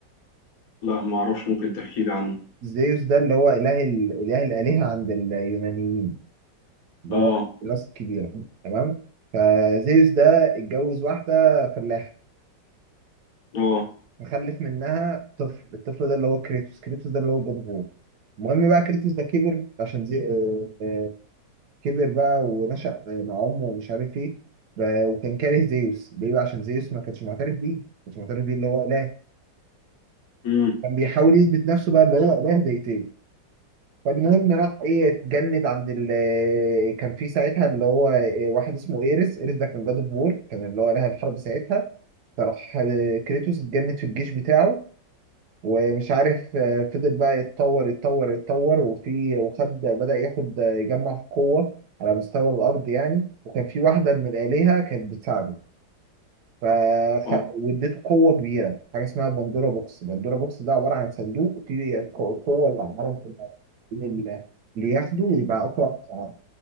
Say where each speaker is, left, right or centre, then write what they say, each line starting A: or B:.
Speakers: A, on the left; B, on the right.
A: لا ما أعرفش ممكن تحكي لي عنه
B: زيوس ده اللي هو اله ال- اله الالهه عند اليونانيين اللي
A: اه
B: هو الناس الكبيره تمام فزيوس ده اتجوز واحده فلاحه
A: اه
B: فخلف منها طفل الطفل ده اللي هو كريتوس كريتوس ده اللي هو جاد اوف وور المهم بقى كريتوس ده كبر عشان زي... آه، آه، كبر بقى ونشأ مع امه ومش عارف ايه ب- وكان كاره زيوس ليه بقى عشان زيوس ما كانش معترف بيه ما كانش معترف بيه اللي هو اله
A: امم
B: كان بيحاول يثبت نفسه بقى اللي هو اله زي زيوس فالمهم راح ايه اتجند عند ال آه، كان في ساعتها اللي هو إيه واحد اسمه ايرس ايرس ده كان جاد اوف وور كان اللي هو اله الحرب ساعتها فراح آه، كريتوس اتجند في الجيش بتاعه ومش عارف آه، فضل بقى يتطور يتطور يتطور وفي وخد بدأ ياخد آه، يجمع في قوة على مستوى الأرض يعني وكان في واحدة من الآلهة كانت بتساعده ف
A: اه
B: واديته قوة كبيرة حاجة اسمها بندورا بوكس بندورا بوكس ده عبارة عن صندوق فيه القوة اللي على العالم كلها اللي اللي ياخده ويبقى أقوى واحد في العالم